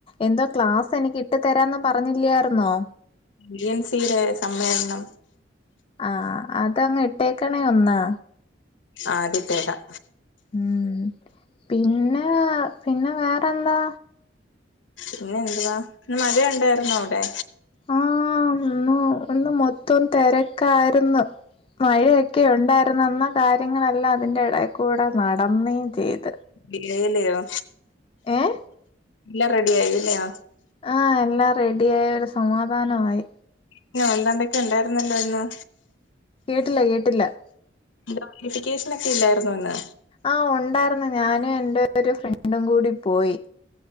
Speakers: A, on the left (about 30°); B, on the left (about 80°).
A: എന്തോ ക്ലാസ് എനിക്കിട്ടു തരാംന്ന് പറഞ്ഞില്ല്യാർന്നോ
B: ബി എൻ സീടെ സമ്മേളനം
A: ആ അതങ്ങ് ഇട്ടേക്കണേ ഒന്ന്
B: ആ അതിട്ടേക്കാം
A: ഉം പിന്നെ പിന്നെ വേറെന്താ
B: പിന്നെ എന്തുവാ ഇന്ന് മഴയൊണ്ടായിരുന്നോ അവിടെ
A: ആ ഇന്ന് ഇന്നുമൊത്തം തെരക്കാരുന്നു മഴയൊക്കെ ഒണ്ടാർന്നു എന്നാ കാര്യങ്ങളെല്ലാം അതിന്റെ എടേക്കൂടെ നടന്നേം ചെയ്ത്
B: ആയില്ലയോ
A: ഏഹ്
B: എല്ലാം റെഡി ആയില്ലയോ
A: ആ എല്ലാം റെഡിയായൊര് സമാധാനമായി
B: പിന്നെന്താണ്ടൊക്കെ ഉണ്ടായിരുന്നല്ലോ ഇന്ന്
A: കേട്ടില്ല കേട്ടില്ല
B: നോട്ടിഫിക്കേഷനൊക്കെ ഇല്ലായിരുന്നോ ഇന്ന്
A: ആ ഒണ്ടാരുന്നു ഞാനുംഎന്റെ ഒരുഫ്രണ്ടും കൂടിപോയി